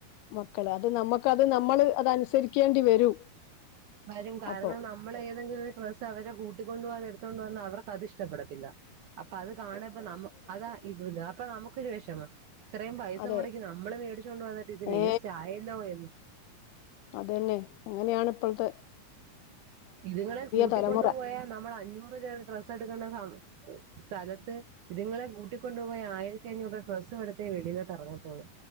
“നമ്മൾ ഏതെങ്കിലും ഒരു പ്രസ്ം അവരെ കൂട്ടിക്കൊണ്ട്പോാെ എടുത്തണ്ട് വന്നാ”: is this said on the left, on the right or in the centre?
Right